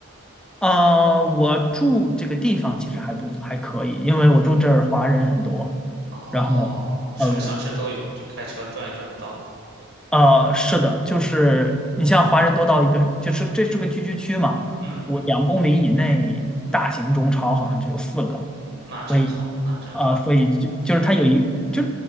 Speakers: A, in the centre; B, on the right.
A: 啊，我住这个地方其实还不还可以，因为我住这儿华人很多，
B: 哦，
A: 然后。
B: 什么想吃都有，
A: 呃，
B: 就开车转一转就到了。
A: 呃，是的，就是你像华人多到一个，就是这是个聚居区嘛，
B: 嗯嗯，
A: 我两公里以内大型中超好像就有四个，
B: 那真好，
A: 所以，
B: 那真好。
A: 呃，所以就就是它有一就